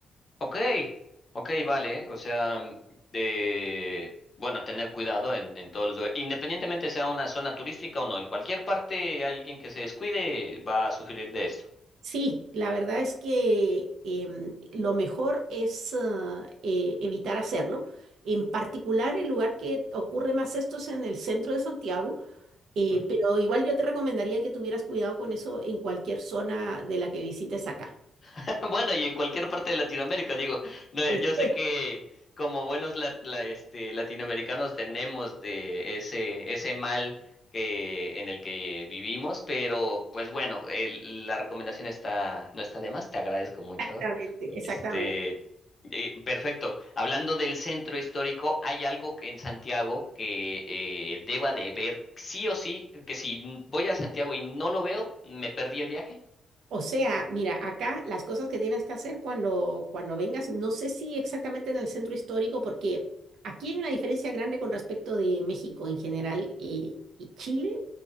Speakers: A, on the left; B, on the right.
A: Ok, ok, vale. O sea, mm, de, bueno, tener cuidado en, en todos los lugares. Independientemente sea una zona turística o no, en cualquier parte alguien que se descuide va a sufrir de esto.
B: Sí, la verdad es que em, lo mejor es ah, eh, evitar hacerlo. En particular, el lugar que ocurre más esto es en el centro de Santiago, eh,
A: ¿Mm?
B: pero igual yo te recomendaría que tuvieras cuidado con eso en cualquier zona de la que visites acá.
A: <laughs> Bueno, y en cualquier parte de Latinoamérica, digo, no,
B: Es-
A: yo sé
B: <laughs>
A: que como buenos la- la- este, latinoamericanos tenemos de ese, ese mal que, en el que vivimos, pero pues bueno, el- la recomendación está, no está de más. Te agradezco mucho.
B: Exactamente, exactamente.
A: Este, eh, perfecto. Hablando del centro histórico, ¿hay algo que en Santiago que eh, deba de ver sí o sí? Que si voy a Santiago y no lo veo, me perdí el viaje.
B: O sea, mira, acá las cosas que tienes que hacer cuando, cuando vengas, no sé si exactamente en el centro histórico, porque aquí hay una diferencia grande con respecto de México en general eh, y Chile.